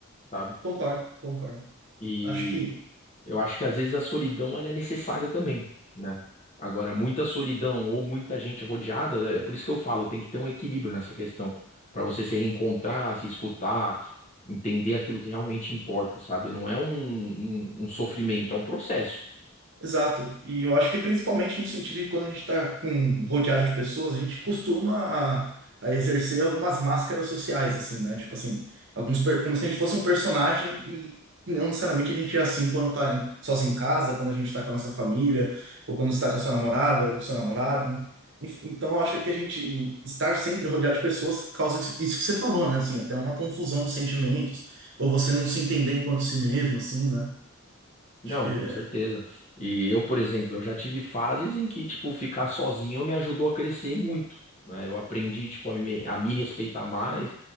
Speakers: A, on the left (about 30°); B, on the right (about 55°).
A: sabe?
B: concordo, concordo.
A: E
B: Acho que
A: eu acho que às vezes a solidão ela é necessária também, né? Agora, muita solidão ou muita gente rodeada, é por isso que eu falo, tem que ter um equilíbrio nessa questão, para você se reencontrar, se escutar, entender aquilo que realmente importa, sabe? Não é um, um, um sofrimento, é um processo.
B: Exato. E eu acho que principalmente no sentido de quando a gente está com rodeado de pessoas, a gente costuma a, a exercer algumas máscaras sociais, assim, né? Tipo assim, alguns per- como se a gente fosse um personagem e não necessariamente a gente é assim quando tá em- sozinho em casa, quando a gente está com a nossa família, ou quando está com a sua namorada ou seu namorado, né? Enf- Então eu acho que a gente estar sempre rodeado de pessoas causa isso isso que você falou, né? Assim, até uma confusão de sentimentos, ou você não se entender enquanto si mesmo, assim,
A: Não,
B: né?
A: com certeza. E eu, por exemplo, eu já tive fases em que, tipo, ficar sozinho me ajudou a crescer muito, né? Eu aprendi, tipo, a me, a me respeitar mais